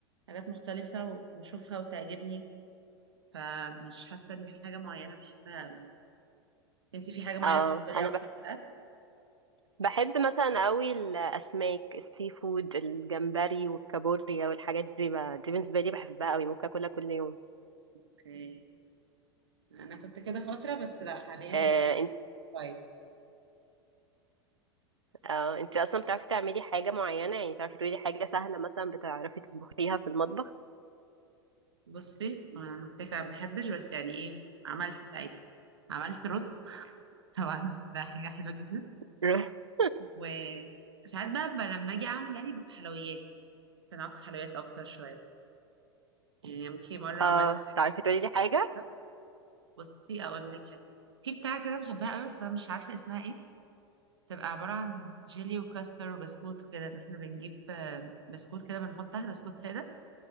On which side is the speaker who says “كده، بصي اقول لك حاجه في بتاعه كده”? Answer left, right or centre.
Right